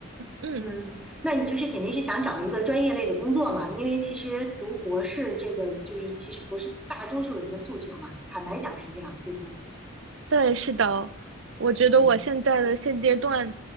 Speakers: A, on the right; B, in the centre.
A: 嗯，
B: 嗯，那你就是肯定是想找一个专业类的工作嘛？因为其实读博士这个就是其实不是大多数人的诉求嘛，坦白讲是这样，对不？
A: 对，是的，我觉得我现在的现阶段
B: 嗯，